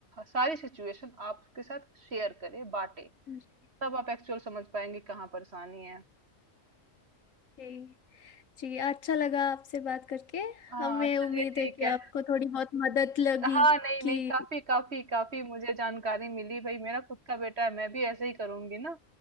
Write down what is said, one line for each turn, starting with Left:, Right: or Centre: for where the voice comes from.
Right: सारी सिचुएशन आपके साथ शेयर करे बांटे
Left: जी
Right: तब आप एक्चुअल समझ पाएंगे कहाँ परेशानी है
Left: जी जी अच्छा लगा आपसे बात करके
Right: हाँ
Left: हमें
Right: चलिए
Left: उम्मीद
Right: ठीक
Left: है कि
Right: है
Left: आपको थोड़ी बहुत मदद लगी
Right: हाँ नहीं
Left: कि
Right: नहीं काफी काफी काफी मुझे जानकारी मिली भाई मेरा खुद का बेटा है मैं भी ऐसे ही करूंगी ना